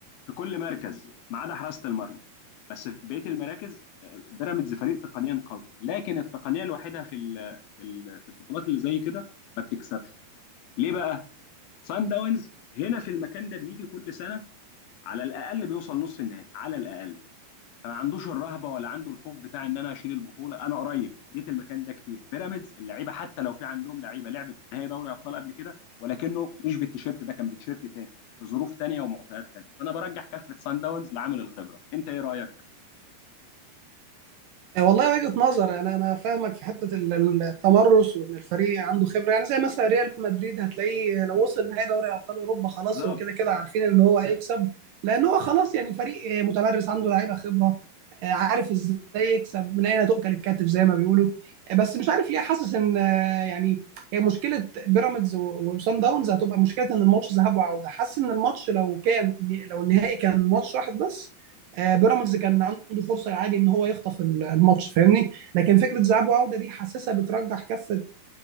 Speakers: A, on the left; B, on the right.
A: في كل مركز ما عدا حراسه المرمى بس في بقيه المراكز آه، بيراميدز فريق تقنيا قوي لكن التقنيه الوحيده في ال في ال في البطولات اللي زي كده ما بتكسبش ليه بقى سان داونز هنا في المكان ده بيجي كل سنه على الاقل بيوصل نص النهائي على الاقل فما عندوش الرهبه ولا عنده الخوف بتاع ان انا اشيل البطوله انا قريب جيت المكان ده كتير بيراميدز اللعيبه حتى لو في عندهم لعيبه لعبت نهائي دوري ابطال قبل كده ولكنه مش بالتيشيرت ده كان بتيشيرت تاني في ظروف تانيه ومعطيات تانيه فانا برجح كفه سان داونز لعامل الخبره انت ايه رايك
B: آه، والله وجهة نظر يعني انا فاهمك في حته ال- ال- التمرس وان الفريق عنده خبره يعني زي مثلا ريال مدريد هتلاقيه لو وصل نهائي دوري ابطال اوروبا خلاص
A: بالظبط
B: هو كده كده عارفين ان هو هيكسب لان هو خلاص يعني فريق آه، متمرس عنده لعيبه خبره آه، عارف ازاي يكسب من اين تؤكل الكتف زي ما بيقولوا آه، بس مش عارف ليه حاسس ان آه، يعني هي مشكله بيراميدز و- وصن داونز هتبقى مشكله ان الماتش ذهاب وعوده حاسس ان الماتش لو كان لو النهائي كان ماتش واحد بس آه، بيراميدز كان عنده فرصه عادي ان هو يخطف ال- الماتش فاهمني لكن فكره ذهاب وعوده دي حاسسها بترجح كفه